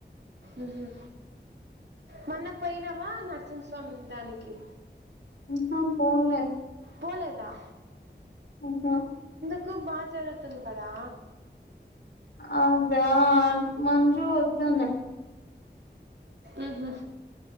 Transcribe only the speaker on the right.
ఉహు మొన్న పోయినావా నరసింహస్వామి దానికి.
పోలేదా.
ఎక్కో, బాతరతం కదా.
ఉహు.